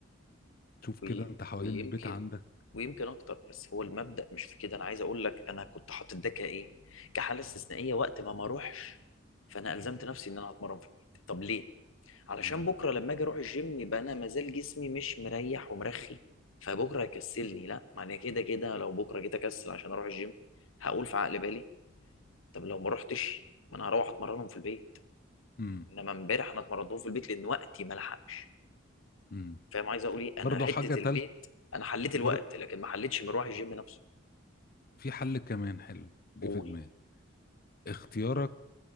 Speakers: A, on the left; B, on the left.
A: شوف كده
B: وي...
A: انت حوالين
B: ويمكن
A: البيت عندك
B: ويمكن اكتر بس هو المبدأ مش في كده انا عايز اقول لك انا كنت حاطط ده كايه كحالة استثنائية وقت ما ما اروحش فانا الزمت نفسي ان انا هتمرن في البيت طب ليه علشان
A: امم
B: بكرة لما اجي اروح الجيم يبقى انا مازال جسمي مش مريح ومرخي فبكرة هيكسلني لا ما انا كده كده لو بكرة جيت اكسل عشان اروح الجيم هقول في عقل بالي طب لو ما رحتش ما انا هروح اتمرنهم في البيت
A: امم
B: انما امبارح انا اتمرنتهم في البيت لان وقتي ما لحقش
A: امم
B: فاهم عايز اقول ايه انا
A: برضه
B: حته
A: حاجة تالت
B: البيت انا حليت
A: بر...
B: الوقت لكن ما حليتش مروح الجيم نفسه
A: في حل كمان حلو جه
B: قول
A: في دماغي اختيارك